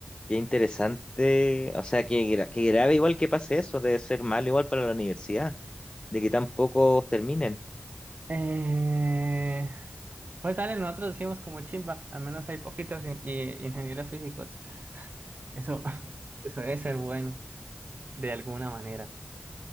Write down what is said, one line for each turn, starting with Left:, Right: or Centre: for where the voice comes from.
Left: qué interesante, o sea, qué, gra- qué grave igual que pase eso, debe ser malo igual para la universidad, de que tan pocos terminen.
Right: Eh, pues dale, nosotros decimos como chimba, al menos hay poquitos in- i- ingenieros físicos. Eso, <laughs> eso debe ser bueno de alguna manera.